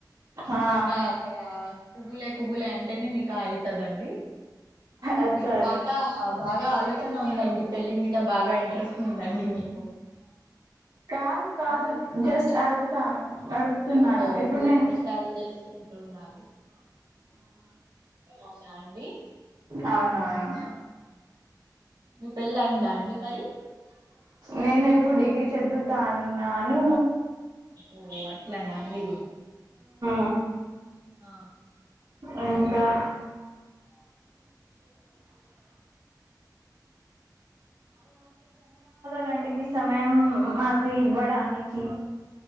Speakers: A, on the right; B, on the right.
A: ఆ
B: నిఖా అక్కడ కుబులే కుబులే అంటేనే నీకు అయితదండి
A: అచ్చ
B: నీకు బాల బాగా ఆలోచన ఉంది పెళ్ల్లి మీద బాగా ఇంట్రెస్ట్ ఉందండి మీకు
A: కాదు కాదు
B: ఉం?
A: జస్ట్ అడుగుతాను తున్నాను
B: ఓహో
A: ఇప్పుడు
B: వి-
A: నేను
B: విషయాలు తెలుసుకుంటున్నారు అవునా అండి
A: అవునవును
B: మీ పెళ్ళి అయిందా అండి మరి
A: నేను ఇప్పుడు డిగ్రీ చద్దువుతున్నాను
B: ఓహో అట్లానండి
A: ఆ
B: ఆ
A: ఇంకా లండి మీ సమయం మాకు ఇవ్వడానికి